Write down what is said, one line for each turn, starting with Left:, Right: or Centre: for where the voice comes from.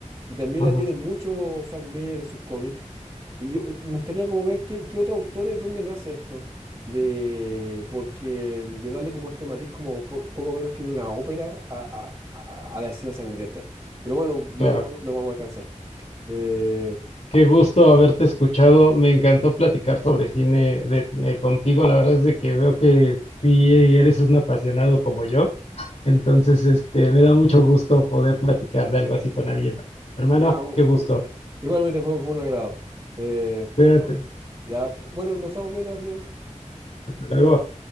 Right: y también
Left: ajá.
Right: la tiene mucho Frank Miller en sus cómics. Y yo eh, me gustaría como ver qué, qué otros autores, dónde nace esto, de, porque, de darle como este matiz como po- poco menos que de una ópera a, a- a- a la escena sangrienta. Pero bueno, no,
Left: Claro,
Right: no, no vamos a alcanzar. Eh,
Left: qué gusto haberte escuchado. Me encantó platicar sobre cine de- eh, contigo. La verdad es de que veo que sí eres un apasionado como yo. Entonces, este, me da mucho gusto poder platicar de algo así con alguien más. Hermano,
Right: ya,
Left: qué gusto.
Right: Igualmente fue, fue un agrado. Eh,
Left: Cuídate.
Right: <laughs> bueno, ya, bueno, nos estamos viendo, Axel.
Left: Hasta luego.